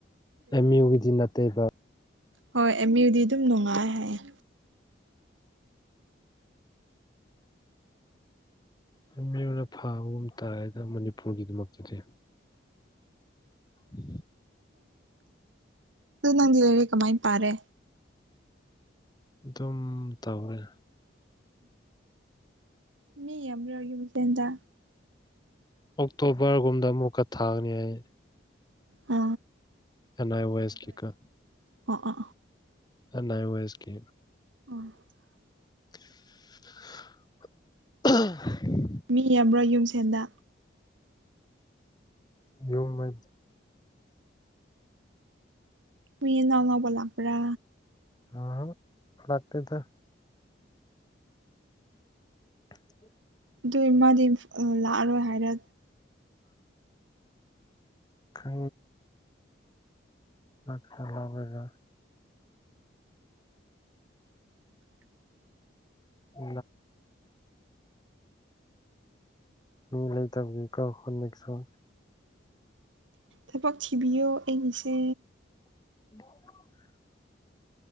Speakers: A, on the left (about 20°); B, on the right (about 85°).
A: ꯑꯦꯝ ꯌꯨꯒꯤꯗꯤ ꯅꯠꯇꯦꯕ
B: ꯍꯣꯏꯃꯤꯨꯗꯤ ꯑꯗꯨꯝ ꯅꯨꯡꯉꯥꯏ ꯍꯥꯏꯌꯦ
A: ꯃꯤꯅ ꯐꯥꯕꯒꯨꯝ ꯇꯥꯏꯗ ꯃꯅꯤꯄꯨꯔꯒꯤꯗꯃꯛꯇꯗꯤ ꯎ
B: ꯑꯗꯨ ꯅꯗꯤꯔꯤ ꯀꯃꯥꯏ ꯄꯥꯔꯦ
A: ꯑꯗꯨꯝ ꯇꯧꯔꯦ
B: ꯃꯤ ꯌꯥꯝꯔ ꯑꯣꯏꯔꯒꯤ ꯃꯤꯇꯦꯟꯗ
A: ꯑꯣꯛꯇꯣꯕꯔꯒꯨꯝꯗ ꯑꯃꯨꯛꯀ ꯊꯥꯒꯅꯤ ꯑꯩ
B: ꯑ
A: ꯑꯦꯟ ꯑꯥꯏ ꯋꯥ ꯑꯦꯁꯀꯤꯀꯥ
B: ꯑꯣ ꯑ
A: ꯅꯅꯥꯏ ꯋꯥꯏꯁ ꯀꯦ
B: <inaudible>
A: ꯑ
B: ꯃꯤ ꯌꯥꯝꯕ꯭ꯔꯣ ꯌꯨꯝꯁꯦꯟꯗ
A: ꯌꯨꯝ ꯃꯦ
B: ꯃꯤꯨ ꯅꯉꯕꯣꯂꯥꯄ꯭ꯔꯥ
A: ꯑ ꯐꯥꯛꯇꯗ ꯎ
B: ꯑꯗꯨ ꯃꯥꯗꯤ ꯂꯥꯛꯑꯔꯣꯏ ꯍꯥꯏꯔ
A: ꯀ ꯑꯁꯖ
B: <inaudible>
A: ꯏ ꯃꯤ ꯂꯩꯇꯕꯕꯤ ꯀ ꯈꯣꯃꯤꯁꯨꯣ
B: ꯊꯄꯛ ꯊꯕꯤꯤꯑꯣ ꯑꯩꯅꯤꯁꯦ
A: <inaudible>